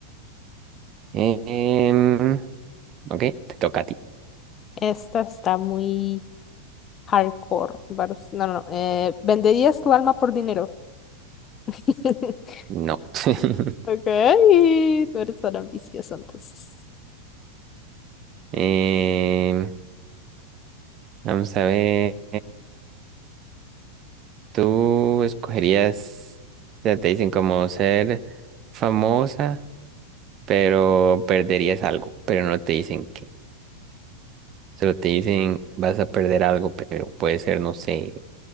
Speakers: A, on the right; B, on the left.
A: Em, ok, te toca a ti.
B: esta está muy hardcore, vars- no, no, no, eh, ¿venderías tu alma por dinero? <laughs>
A: No. <laughs>
B: Ok, tú eres tan ambicioso entonces.
A: Em, vamos a ver. ¿Tú escogerías, ya te dicen como ser famosa, pero perderías algo, pero no te dicen qué? Solo te dicen vas a perder algo, pero puede ser, no sé.